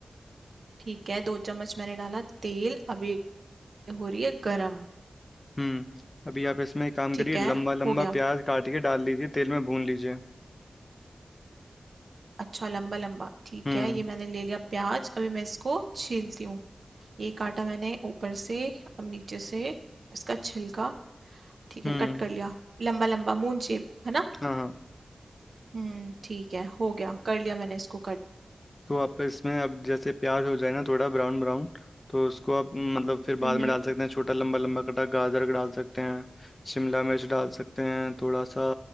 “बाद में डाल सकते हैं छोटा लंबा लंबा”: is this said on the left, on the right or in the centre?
Left